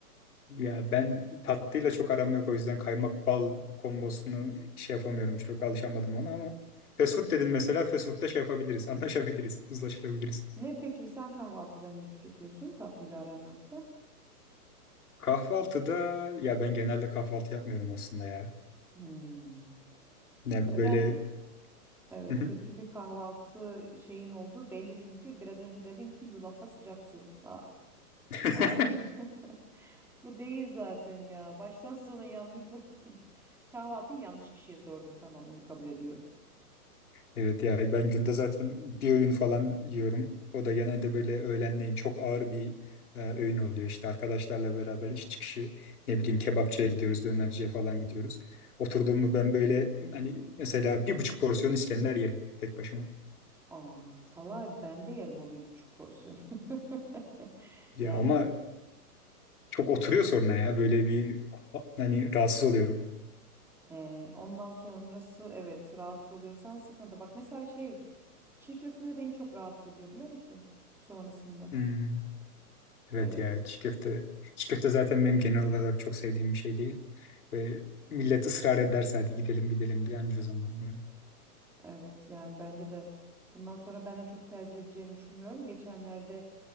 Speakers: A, on the left; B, in the centre.
A: Ya ben tatlıyla çok aram yok o yüzden kaymak bal kombosunu şey yapamıyorum. Çok alışamadım ona ama fast food dedin mesela fast food'da şey yapabiliriz, <laughs> anlaşabiliriz, uzlaşabiliriz.
B: Ne peki sen kahvaltıda ne tüketiyorsun? Tatlıyla aran yoksa?
A: Kahvaltıda ya ben genelde kahvaltı yapmıyorum aslında ya.
B: Hmm.
A: Ne
B: Zaten
A: böyle
B: Evet,
A: Hı hı.
B: kötü bir kahvaltı şeyin olduğu belli çünkü. Biraz önce dedin ki yulafa sıcak su. Aa,
A: <laughs>
B: hayır. <laughs> Bu değil zaten ya. Baştan sona yanlış zaten. <laughs> Kahvaltıyı yanlış kişiye sordum. Tamam, bunu kabul ediyorum.
A: Evet ya ben günde zaten bir öğün falan yiyorum. O da genelde böyle öğlenleyin çok ağır bir e, öğün oluyor. İşte arkadaşlarla beraber iş çıkışı ne bileyim kebapçıya gidiyoruz, dönerciye falan gidiyoruz. Oturduğumu ben böyle hani mesela bir buçuk porsiyon İskender yerim tek başıma.
B: Aa, Talay ben de yerim o bir buçuk porsiyon. <laughs>
A: Ya
B: Yani
A: ama çok oturuyor sonra ya böyle bir hani rahatsız oluyorum.
B: he, ondan sonrası evet rahatsız oluyorsan sıkıntı. Bak mesela şey çiğ köfte de beni çok rahatsız ediyor biliyor musun? Sonrasında.
A: Hmm. Evet
B: Evet.
A: ya çiğ köfte. Çiğ köfte zaten benim genel olarak çok sevdiğim bir şey değil. Ve millet ısrar ederse hadi gidelim gidelim diye anca o zaman diyorum.
B: Evet yani bence de bundan sonra ben de çok tercih edeceğimi düşünmüyorum. Geçenlerde